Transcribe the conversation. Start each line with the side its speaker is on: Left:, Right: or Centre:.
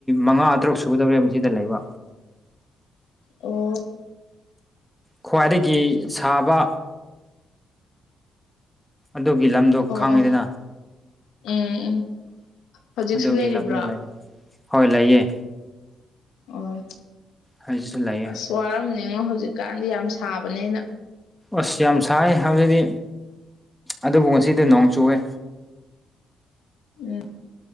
Centre: ꯃꯉꯥ ꯇꯔꯨꯛ ꯁꯨꯒꯗꯧꯔꯦꯕ ꯑꯁꯤꯗ ꯂꯩꯕ
Left: ꯑꯣ
Centre: ꯈ꯭ꯋꯥꯏꯗꯒꯤ ꯁꯥꯕ ꯑꯗꯨꯒꯤ ꯂꯝꯗꯣ
Left: ꯑꯣ
Centre: ꯈꯪꯉꯤꯗꯅ
Left: ꯑꯣ ꯎꯝ ꯎꯝ ꯍꯧꯖꯤꯛꯁꯨ
Centre: ꯑꯗꯨꯒꯤ
Left: ꯂꯩꯔꯤꯕ꯭ꯔꯣ
Centre: ꯂꯝꯗ ꯂꯩ ꯍꯣꯏ ꯂꯩꯌꯦ
Left: ꯑꯣ
Centre: ꯍꯧꯖꯤꯛꯁꯨ ꯂꯩꯌꯦ
Left: ꯑꯁ ꯋꯥꯔꯝꯅꯤꯉꯣ ꯍꯧꯖꯤꯛꯀꯥꯟꯗꯤ ꯌꯥꯝ ꯁꯥꯕꯅꯤꯅ
Centre: ꯑꯁ ꯌꯥꯝ ꯁꯥꯏ ꯍꯧꯖꯤꯛꯗꯤ ꯑꯗꯨꯕꯨ ꯉꯁꯤꯗꯤ ꯅꯣꯡ ꯆꯨꯑꯦ
Left: ꯎꯝ